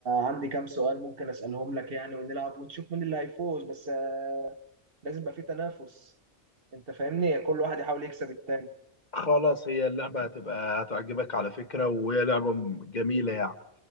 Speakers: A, on the right; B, on the left.
A: عندي كام سؤال ممكن اسالهم لك يعني ونلعب ونشوف مين اللي هيفوز بس آه، لازم يبقى في تنافس انت فاهمني كل واحد يحاول يكسب التاني
B: خلاص هي اللعبة هتبقى هتعجبك على فكرة وهي لعبة جميلة يعني